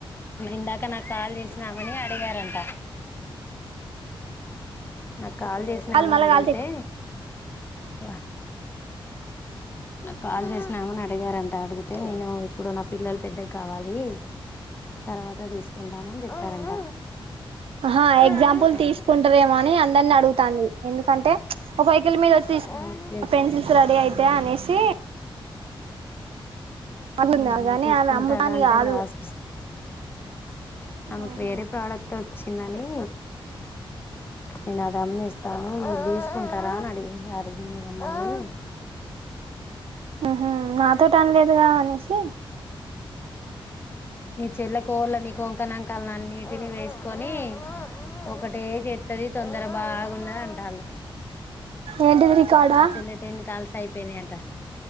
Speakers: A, on the left; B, on the right.
A: ఇందాక నాకు కాల్ చేసిన ఆమెని అడి గరంటా నాకు కాల్ చేసినా
B: కాలు
A: ఆమెను
B: మళ్ళ
A: అడిగితే
B: కాలితే
A: వా నాకు కాల్ చేసినా ఆమెని అడిగారంట అడిగితే నేను ఇప్పుడు నా పిల్లలు పెద్దగా కావాలి తర్వాత తీసుకుంటాను అని చెప్పారంట
B: ఆహా
A: అలా
B: ఎగ్జాంపుల్ తీసుకుంటారేమో అని అందరిని అడుగుతాంది ఎందుకంటే చ్ ఒక వెహికల్ మీద తిస్
A: ఓకే
B: పెన్సి <unintelligible> తే అనేషి అనుకున్నా
A: ఆహా
B: గాని
A: తీసుకుంటారు
B: ఆమె అమ్ముతాని
A: అంటే
B: కాదు
A: లాస్ ఆమెకు
B: ఆహా
A: వేరే ప్రాడక్ట్ వచ్చిందని నేను అది అమ్మి ఇస్తా మీరు తీసుకుంటారా అని అడిగి అడిగింది మమ్మల్ని
B: ఆహ నాతోటి అన్లేదుగా అనేసి
A: నీ చెల్ల కోళ్ళని కొంకణాంకాలని అన్నిటిని వేసుకొని ఒకటే చెత్తది తొందర బాగున్నది అంటాళ్ళు
B: ఏంటిది రికార్డా
A: మా చెల్లి టెన్ కాల్సయి పోయినాయంట